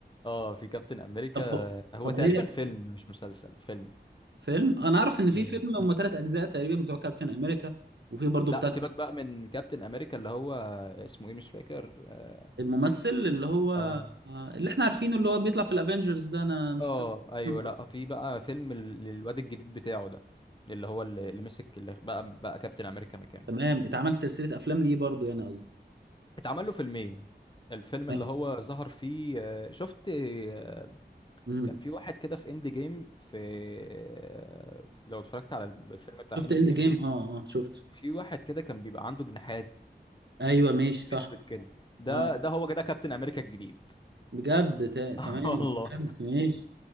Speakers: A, on the left (about 25°); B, on the right (about 80°).
A: اه في كابتن أمريكا
B: طب هو-
A: هو
B: طب
A: تقريبا
B: هي
A: فيلم مش مسلسل فيلم
B: فيلم انا اعرف ان في
A: امم
B: فيلم هم ثلاث اجزاء تقريبا بتوع كابتن امريكا وفي برضه
A: لا
B: بتاع
A: سيبك بقى من كابتن أمريكا اللي هو اسمه ايه مش فاكر اه
B: الممثل اللي هو
A: اه
B: آه، اللي احنا عارفينه اللي هو بيطلع في الافينجرز ده انا مش
A: آه،
B: متذكر
A: ايوه
B: اسمه بالظبط.
A: لا في بقى فيلم لل- للواد الجديد بتاعه ده اللي هو اللي, اللي مسك اللي بقى بقى كابتن أمريكا مكانه
B: تمام اتعمل سلسله افلام ليه برضه يعني قصدي
A: اتعمل له فيلمين الفيلم
B: تمام.
A: اللي هو ظهر فيه آه، شفت آه،
B: مهم.
A: كان في واحد كده في اند جيم في آه، لو اتفرجت على الفيلم بتاع
B: شفت
A: اند
B: اند
A: جيم
B: جيم اه اه شفته
A: في واحد كده كان بيبقى عنده جناحات
B: ايوه ماشي صح
A: اسود كده ده
B: اه
A: ده هو كده كابتن امريكا الجديد
B: بجد تا- تمام
A: <laughs> والله
B: فهمت ماشي